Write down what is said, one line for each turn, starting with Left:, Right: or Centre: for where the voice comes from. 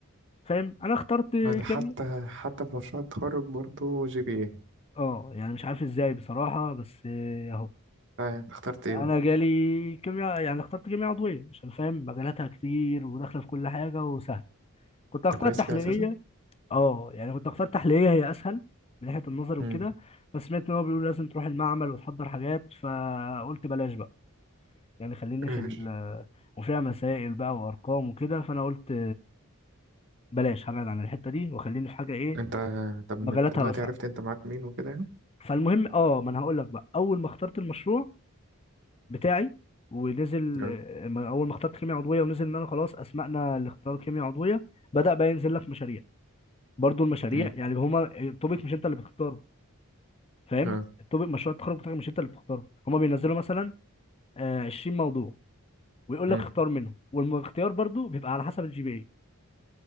Left: فاهم انا اخترت
Right: أنا حتى
Left: كميه
Right: حتى في مشروع التخرج برضو جي بي إيه
Left: اه يعني مش عارف ازاي بصراحه بس اهو
Right: أنت اخترت إيه بقى؟
Left: انا جالي كيمياء يعني اخترت كيمياء عضويه عشان فاهم مجالاتها كتير وداخله في كل حاجه وسهل كنت هختار
Right: أنت كويس
Left: تحليليه
Right: فيها أساسا؟
Left: اه يعني كنت اختار تحليليه هي اسهل من ناحيه النظر
Right: مم.
Left: وكده بس سمعت ان هو بيقول لازم تروح المعمل وتحضر حاجات فقلت بلاش بقى يعني خليني
Right: ايش
Left: في ال آه، وفيها مسائل بقى وارقام وكده فانا قلت بلاش هبعد عن الحته دي وخليني في حاجه ايه
Right: أنت طب من
Left: مجالاتها
Right: دلوقتي
Left: واسعه
Right: عرفت أنت معاك مين وكده يعني؟
Left: فالمهم اه ما انا هقول لك بقى اول ما اخترت المشروع بتاعي ونزل
Right: اه
Left: آه، ما- اول ما اخترت كيمياء عضويه ونزل ان انا خلاص اسمعنا لاختيار كيمياء عضويه بدأ بقى ينزل لك مشاريع برضو المشاريع
Right: مم.
Left: يعني هما التوبيك مش انت اللي بتختاره فاهم
Right: اه
Left: التوبيك مشروع التخرج بتاعك مش انت اللي بتختاره هما بينزلوا مثلا آه، 20 موضوع ويقول
Right: مم.
Left: لك اختار منهم والاختيار برضو بيبقى على حسب الجي بي اي